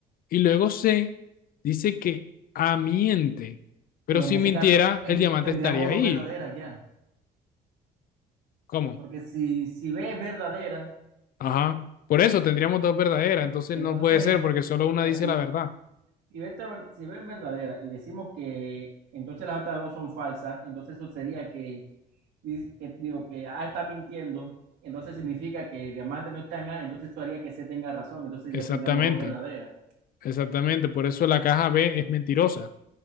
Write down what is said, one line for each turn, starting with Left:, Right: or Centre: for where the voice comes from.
Left: Y luego C dice que A miente, pero
Right: Pero
Left: si
Right: en ese
Left: mintiera,
Right: caso en-
Left: el diamante
Right: tendríamos
Left: estaría
Right: dos
Left: ahí.
Right: verdaderas ya.
Left: ¿Cómo?
Right: Porque si, si B es verdadera,
Left: Ajá. Por eso tendríamos dos verdaderas, entonces
Right: entonces
Left: no puede ser
Right: en,
Left: porque solo una
Right: mira,
Left: dice
Right: si,
Left: la verdad.
Right: Si B, está ver- si B es verdadera y decimos que entonces las otras dos son falsas, entonces eso sería que, di- que digo que A está mintiendo, entonces significa que diamante no está en A, entonces eso haría que C tenga razón, entonces
Left: Exactamente,
Right: ya tendríamos dos verdaderas.
Left: exactamente. Por eso la caja B es mentirosa.